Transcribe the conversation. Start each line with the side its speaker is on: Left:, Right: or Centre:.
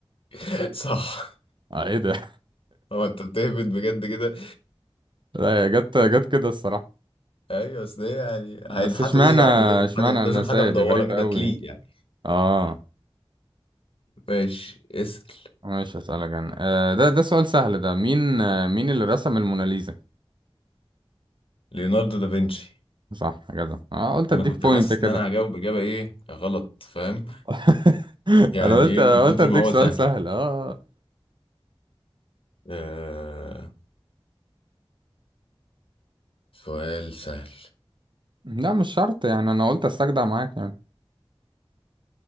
Left: <laughs> صح
Right: آه، ايه ده <laughs>
Left: هو انت بتهبد بجد كده
Right: لا هي جت جت كده الصراحه
Left: ايوه اصل ايه يعني
Right: بس
Left: هينحتوا
Right: اشمعنى
Left: ايه يعني لازم
Right: اشمعنى
Left: حاجه
Right: اناناسيه
Left: لازم حاجه مدوره
Right: دي غريبه
Left: كده
Right: قوي
Left: تليق يعني
Right: اه
Left: ماشي اسال
Right: مش هسألك انا آه، ده ده سؤال سهل ده مين آه، مين اللي رسم الموناليزا
Left: ليوناردو دافنشي
Right: صح كده اه قلت اديك
Left: انا كنت
Right: بوينت
Left: حاسس
Right: كده
Left: ان انا هجاوب اجابه ايه غلط فاهم
Right: <laughs>
Left: يعني
Right: انا قلت
Left: ايه
Right: قلت
Left: من كتر
Right: اديك
Left: ما هو
Right: سؤال
Left: سهل
Right: سهل اه آه.
Left: آه... سؤال سهل
Right: لا مش شرط يعني انا قلت استجدع معاك يعني